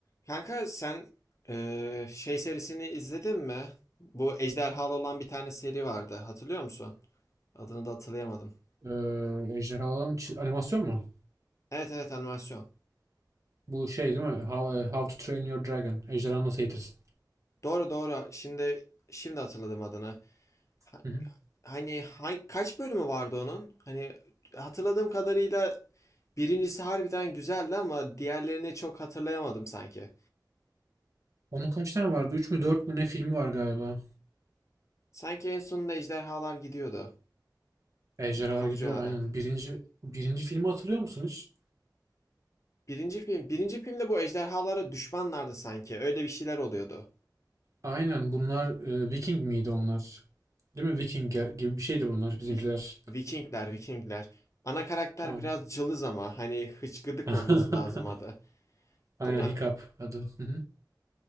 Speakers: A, on the left (about 40°); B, on the right (about 45°).
A: Kanka sen eee, şey serisini izledin mi? Bu ejderhalı olan bir tane seri vardı. Hatırlıyor musun? Adını da hatırlayamadım.
B: Ee, ejderhaların çi- animasyon mu?
A: Evet evet animasyon.
B: Bu şey değil mi? How, e, How to Train Your Dragon. Ejderhanı nasıl eğitirsin?
A: Doğru doğru. Şimdi şimdi hatırladım adını. Ha-
B: Hı hı.
A: hani hangi, kaç bölümü vardı onun? Hani hatırladığım kadarıyla birincisi harbiden güzeldi ama diğerlerini çok hatırlayamadım sanki.
B: Onun kaç tane vardı? 3 mü dört mü ne filmi var galiba.
A: Sanki en sonunda ejderhalar gidiyordu
B: Ejderhalar
A: kalıcı
B: gidiyor
A: olarak.
B: aynen. Birinci, birinci filmi hatırlıyor musun hiç?
A: Birinci film, birinci filmde bu ejderhalara düşmanlardı sanki. Öyle bir şeyler oluyordu.
B: Aynen bunlar e, Viking miydi onlar? Değil mi? Viking ge- gibi bir şeydi bunlar bizimkiler.
A: Vi- Vikingler, Vikingler. Ana karakter
B: Tamam.
A: biraz cılız ama hani hıçkıdık
B: <laughs>
A: olması lazım adı.
B: Aynen
A: Değil mi?
B: Hiccup adı. Hı hı.